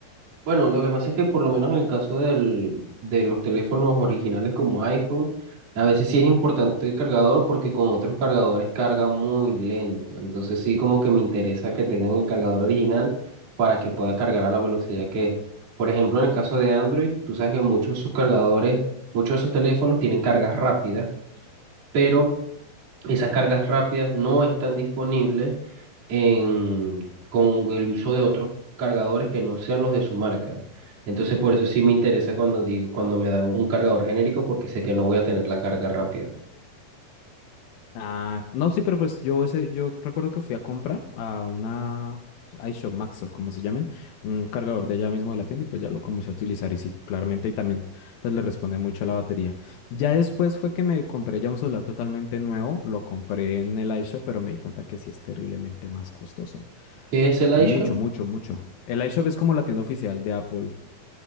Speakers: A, on the right; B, on the left.
A: Bueno, lo que pasa es que por lo menos en el caso del, de los teléfonos originales como iPhone, a veces sí es importante el cargador porque con otros cargadores carga muy lento. Entonces sí como que me interesa que tengan el cargador original para que pueda cargar a la velocidad que es. Por ejemplo, en el caso de Android, tú sabes que muchos de sus cargadores, muchos de esos teléfonos tienen cargas rápidas, pero esas cargas rápidas no están disponibles en, con el uso de otros cargadores que no sean los de su marca. Entonces, por eso sí me interesa cuando digo, cuando me dan un cargador genérico, porque sé que no voy a tener la carga rápida.
B: Ah, no, sí, pero pues yo ese, yo recuerdo que fui a comprar a una pues, iShop Max o como se llamen, un cargador de allá mismo de la tienda y pues ya lo comencé a utilizar y sí, claramente y también pues le responde mucho a la batería. Ya después fue que me compré ya un celular totalmente nuevo, lo compré en el iShop, pero me di cuenta que sí es terriblemente más costoso.
A: ¿Qué es el
B: Mucho,
A: iShop?
B: mucho, mucho. El iShop es como la tienda oficial de Apple